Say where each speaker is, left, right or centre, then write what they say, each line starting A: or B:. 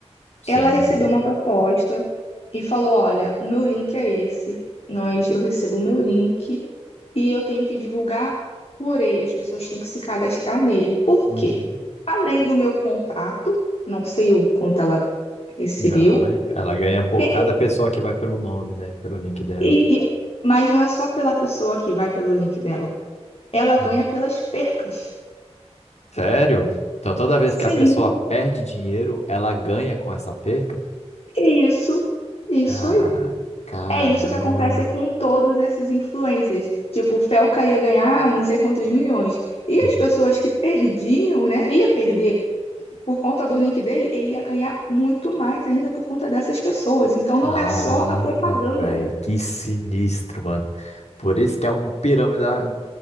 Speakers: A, on the left; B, on the left.
A: Sim,
B: Ela recebeu
A: sim.
B: uma proposta e falou: "Olha, o meu link é esse. Nós eu recebo o meu link e eu tenho que divulgar por ele. As pessoas têm que se cadastrar nele. Por
A: Uhum.
B: quê? Além do meu contrato, não sei o quanto ela recebeu,
A: E Ela ela ganha por
B: quem-
A: cada pessoa que vai pelo nome, né? Pelo link dela.
B: e- e- mas não é só pela pessoa que vai pelo link dela. Ela ganha
A: Uhum.
B: pelas percas.
A: Sério? Então toda vez
B: Sim,
A: que a pessoa perde dinheiro, ela ganha com essa perca?
B: isso, isso
A: Cara,
B: aí.
A: caramba.
B: É isso que acontece com todos esses influencers. Tipo, o Felca ia ganhar não sei quantos milhões. E
A: Uhum.
B: as pessoas que perdiam, né? Ia perder por conta do link dele, ele ia ganhar muito mais ainda por conta dessas pessoas. Então
A: Caramba,
B: não é só a propaganda.
A: velho. Que sinistro, mano. Por isso que é um pirâmide da,